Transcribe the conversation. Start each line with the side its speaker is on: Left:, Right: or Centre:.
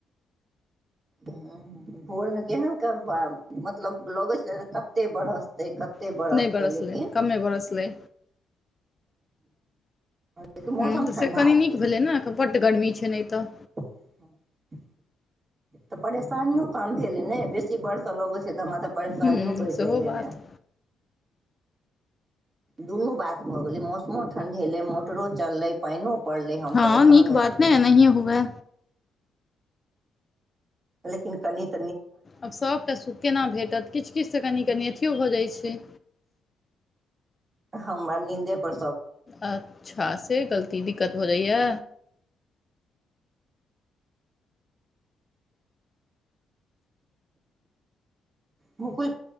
Right: ह भोर मे केहन मतलब लगै छल कते बरसतै कते
Left: नहि
Right: बरसतै
Left: बरसलै
Right: लेकिन
Left: कमे बरसलै
Right: <unintelligible>
Left: हँ तऽ
Right: ठण्डा
Left: से कनी
Right: गेल
Left: नीक भेलै ने बड्ड गर्मी छै नहि तऽ
Right: <inaudible> तऽ परेशानीयों कम भेलै ने बेसी बरस' लगै छै त हमा तऽ परेशानीयों
Left: हूँ
Right: बढ़ि
Left: सेहो
Right: जाइया
Left: बात
Right: ने दुनू बात भऽ गेलै मौसमो ठण्ढेलै मोटरो चललै पाइनो पढ़ ले हम
Left: हँ
Right: परेशान
Left: नीक
Right: हो
Left: बात
Right: नहि छी
Left: एनाहिए हुए
Right: लेकिन कनिक
Left: आब सभटा सुख केना भेटत किछु किछु त कनि कनि अथियओ भऽ जाइ छै
Right: हमर नींदे पड़
Left: अच्छा से गलती दिक्कत भऽ जाइया
Right: मु कोइ